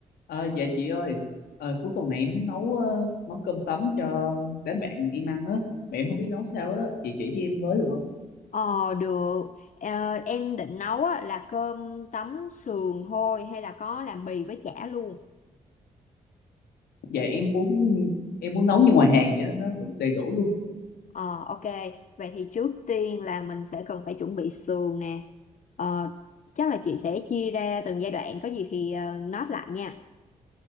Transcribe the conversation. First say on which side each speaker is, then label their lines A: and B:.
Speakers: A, on the left; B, on the left.
A: Ờ, dạ chị ơi, ờ, cuối tuần này em muốn nấu ờ, món cơm tấm cho đám bạn em ăn á, mà em không biết nấu sao á, chị chỉ cho em với được không?
B: Ờ được Ờ, Em định nấu á, là cơm tấm sườn thôi Hay là có làm bì với chả luôn
A: Dạ em muốn em muốn nấu như ngoài hàng vậy á, nó đủ đầy đủ luôn.
B: Ờ ok Vậy thì trước tiên là mình sẽ cần phải chuẩn bị sườn nè Ờ Chắc là chị sẽ chia ra từng giai đoạn Có gì thì uh, note lại nha